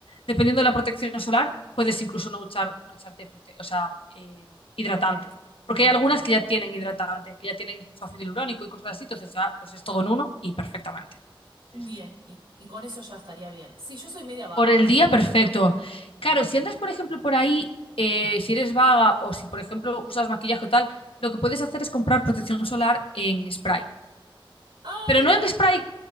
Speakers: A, on the left (about 80°); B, on the right (about 65°).
A: dependiendo de la protección solar, puedes incluso no, echar, no echarte prote- o sea, eh, hidratante.
B: la cremita
A: Porque
B: hidratante.
A: hay algunas que ya tienen hidratante, que ya tienen incluso ácido hialurónico y cosas así, entonces ya pues es todo en uno y perfectamente.
B: Bien,
A: Sí, sí, sí.
B: y, y con eso ya estaría bien. Sí, yo soy media vaga
A: Por el
B: para
A: día,
B: todo
A: perfecto.
B: esto.
A: Claro, si andas, por ejemplo, por ahí, eh, si eres vaga o si, por ejemplo, usas maquillaje o tal, lo que puedes hacer es comprar protección solar en spray.
B: Ah,
A: Pero
B: mira,
A: no en spray,